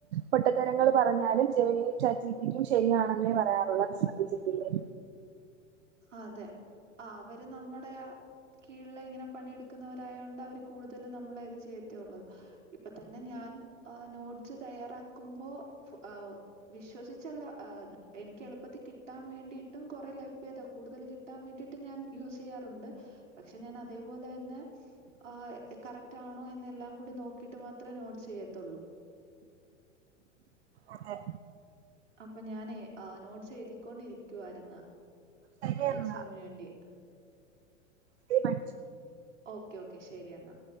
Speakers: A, on the right; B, on the right.
A: പൊട്ടത്തരങ്ങള് പറഞ്ഞാലും ജെമിനിയും ചാറ്റ് ജി പി ടി യും ശരിയാണെന്നേ പറയാറുള്ളൂ അത് ശ്രദ്ധിച്ചിട്ടില്ലേ?
B: അതെ ആഹ് അവര് നമ്മടെ ആഹ്. കീഴില്ങ്ങനെ പണിയെടുക്കുന്നവരായോണ്ട് അവർ കൂടുതലും നമ്മള ഇത് ചെയ്യത്തേ ഉള്ളൂ. ഇപ്പൊ തന്നെ ഞാൻ ആ നോട്സ് തയ്യാറാക്കുമ്പോ ആഹ് വിശ്വസിച്ചല്ല ആഹ് എനിക്ക് എളുപ്പത്തി കിട്ടാൻ വേണ്ടിയിട്ടും കുറെ ലെ താ കൂടുതൽ കിട്ടാൻ വേണ്ടിട്ട് ഞാൻ യൂസ് ചെയ്യാറുണ്ട് പക്ഷെ ഞാൻ അതേപോലെ തന്നെ. ആഹ്‌ കറക്റ്റ് ആണോ എന്ന എല്ലാം കൂടി നോക്കിയിട്ട് മാത്രേ നോട്ട്സ് ചെയ്യത്തുള്ളൂ.
A: അതെ
B: അപ്പൊ ഞാനേ ആ നോട്ട്സ് എഴുതിക്കൊണ്ടിരിക്കുവായിര്ന്ന്.
A: ശരി എന്നാ
B: എക്സാമിന് വേണ്ടി.
A: ശരി പഠിച്ചോ
B: ഓക്കെ ഓക്കെ ശരി എന്നാ.